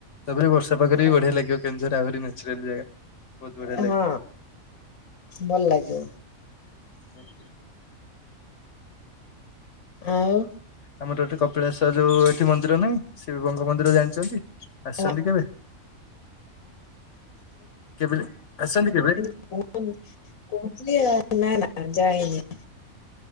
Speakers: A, on the left; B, on the left.
A: ତାପରେ ବର୍ଷା ପାଗରେ
B: ହଁ
A: ବି ବଢିଆ ଲାଗିବ କେଉଁଝର ଆହୁରି ନେଚୁରାଲ୍ ଜାଗା। ବହୁତ ବଢିଆ
B: ଏ
A: ଲାଗିବ।
B: ହଁ ଭଲ ଲାଗିବ।
A: <inaudible>
B: ଆଉ।
A: ଆମର ଏଠି କପିଳାସ ଯୋଉ ଏଠି ମନ୍ଦିର ନାହିଁ, ଶିବିଙ୍କ ମନ୍ଦିର ଜାଣିଚନ୍ତି? ଆସଛନ୍ତି
B: ଆ-
A: କେବେ? କେବିଲେ ଆସଛନ୍ତି କେବେ?
B: <inaudible> ମୁଁ କହୁଥିଲ ଆ, ନା ନା ଯାଇନି।